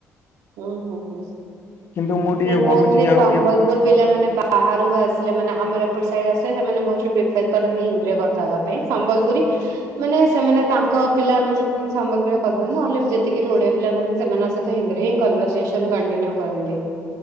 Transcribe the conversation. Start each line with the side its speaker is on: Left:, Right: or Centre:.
Right: ହୁଁ ହୁଁ ହୁଁ
Left: କିନ୍ତୁ ମୁଁ ଟିକେ
Right: ମୋଷ୍ଟଲି
Left: ଭାବୁଛି କି ଆଉ
Right: ସମ୍ବଲ
Left: ଟିକେ
Right: ମୋର ପିଲା ମାନେ ବାହାରକୁ ଆସେ ମାନେ ଆମର ଏପଟ ସାଇଡ ଆସେ ସେମାନେ ମୋ ବପେଦ କରନ୍ତି ଇନ୍ଦ୍ରିୟ କଥା ହେବା ପାଇଁ। ସମ୍ବଲପୁରୀ ମାନେ ସେମାନେ ତାଙ୍କ ପିଲାମାନଙ୍କହିହିଁ ସମ୍ଭବରେ କରିଥାନ୍ତି ନହେଲେ ଯେତିକି ବି ଓଡିଆ ପିଲା ଥାଆନ୍ତି ସେମାନଙ୍କସହିତ ହିନ୍ଦୀରେ ହି କନର୍ସେନ କଣ୍ଟିନ୍ୟୁ କରନ୍ତି